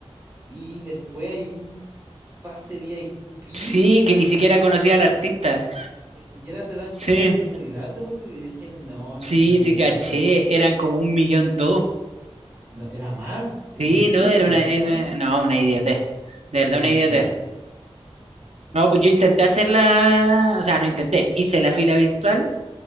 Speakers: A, on the right; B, on the right.
A: Y después hay un pase VIP,
B: Sí, que ni siquiera conocía al artista.
A: ni siquiera te dan
B: Sí,
A: como la seguridad de porque yo dije, no, no,
B: sí,
A: yo no
B: te
A: me
B: caché.
A: compro esto.
B: Eran como un millón dos.
A: No, era más, imagínate,
B: Sí, no, era
A: era
B: una,
A: mucho
B: era-
A: más.
B: no, una idiotez. De verdad,
A: Entonces
B: una
A: dije,
B: idiotez.
A: no.
B: No, pues yo intenté hacerla, o sea, no intenté, hice la fila virtual,